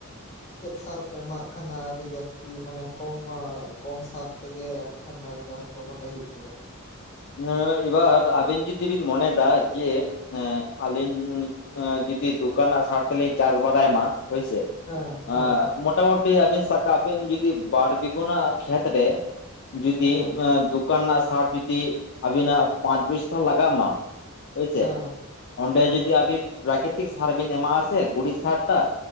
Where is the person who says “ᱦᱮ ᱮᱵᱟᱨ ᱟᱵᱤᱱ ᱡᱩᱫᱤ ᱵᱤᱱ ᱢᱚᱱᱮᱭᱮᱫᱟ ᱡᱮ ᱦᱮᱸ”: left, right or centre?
Left